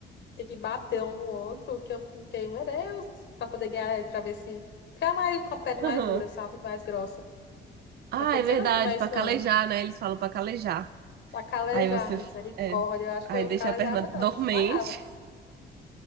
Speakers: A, on the left; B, on the right.
A: tem que bater um no outro, que eu fiquei, meu Deus, pra poder ganhar, pra ver se ficar mais com a pele
B: Aham.
A: mais dura, sabe? Mais grossa.
B: Ah,
A: Mas que eu
B: é
A: não
B: verdade,
A: sei não como é
B: pra
A: isso,
B: calejar,
A: não.
B: né? Eles falam pra calejar.
A: Pra calejar,
B: Aí você,
A: misericórdia.
B: é,
A: Eu acho
B: aí
A: que eu
B: deixa
A: calejava,
B: a perna
A: não,
B: dormente,
A: me desmaiava.